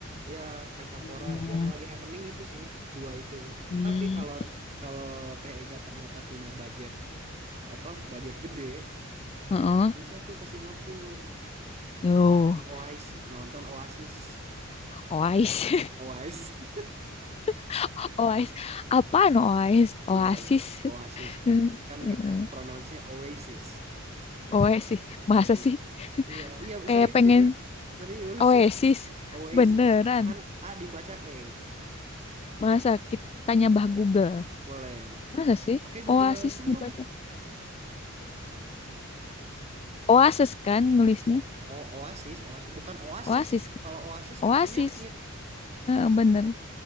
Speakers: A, on the right; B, on the left.
A: Ya Pesta
B: Hmm,
A: Pora yang lagi happening itu sih dua itu.
B: hmm,
A: Tapi kalau kalau TEGA ternyata punya budget apa budget gede,
B: heeh.
A: TEGA bisa tuh ke Singapura
B: Tuh.
A: nonton Oasis, nonton Oasis,
B: Oais.
A: Oasis.
B: <laughs> Oais. Apaan Oais? Oasis.
A: Iya, Oasis,
B: Hmm,
A: Oasis. Kan
B: Heeh.
A: ge- eh, pronounce-nya Oasis. Pronoun
B: Oasis. Masa
A: Oasis.
B: sih
A: Iya, iya
B: kayak
A: serius
B: pengen
A: ini. Serius.
B: Oasis?
A: <laughs> Oasis.
B: Beneran.
A: Kan A dibaca E.
B: Masa kita tanya Mbah Google?
A: Boleh gitu.
B: Masa sih?
A: Oke Google,
B: Oasis
A: tung
B: dibaca.
A: dong.
B: Oasis kan nulisnya?
A: O Oasis, Oasis bukan Oasis.
B: Oasis.
A: Kalau Oasis
B: Oasis.
A: mah penyakit.
B: Heeh, bener.